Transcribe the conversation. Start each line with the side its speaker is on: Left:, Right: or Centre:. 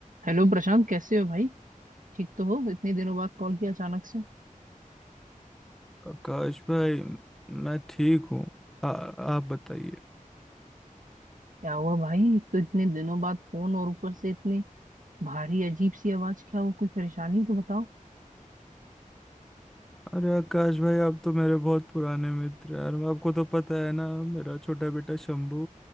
Right: Hello Prashant कैसे हो भाई ठीक तो हो इतने दिनों बाद कॉल किया अचानक से
Centre: आकाश भाई मैं ठीक हूँ आ- आप बताइए
Right: क्या हुआ भाई एक तो इतने दिनों बाद फोन और ऊपर से इतनी भारी अजीब सी आवाज क्या हुआ कोई परेशानी तो बताओ
Centre: अरे आकाश भाई आप तो मेरे बहुत पुराने मित्र हैं यार आपको तो पता है ना मेरा छोटा बेटा शंभू